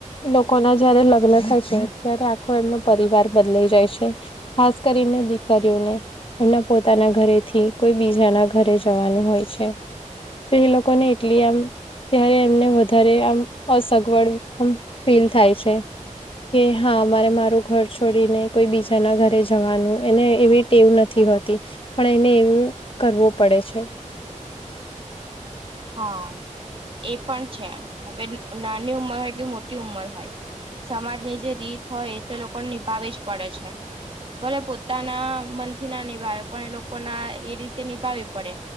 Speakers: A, on the left; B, on the right.
A: લોકો ના જયારે લગ્ન થાય છે ત્યારે આખો એમનો પરિવાર બદલાઈ જાય છે ખાસ કરીને દીકરીઓને એમના પોતાના ઘરે થી કોઈ બીજાના ઘરે જવાનું હોય છે તો એ લોકો ને એટલી આમ ત્યારે એમને વધારે આમ અસગવડ આમ ફીલ થાય છે કે હા મારે મારું ઘર છોડીને કોઈ બીજાના ઘરે જવાનું એને એવી ટેવ નથી હોતી પણ એને એવું કરવું પડે છે
B: હા એ પણ છે હવે નાની ઉંમર હોય કે મોટી ઉંમર હોય સમાજની જે રીત હોય એ તો લોકોને નિભાવી જ પડે છે ભલે પોતાના મનથી ના નિભયો પણ એ લોકો ના એ રીતે નિભાવી પડે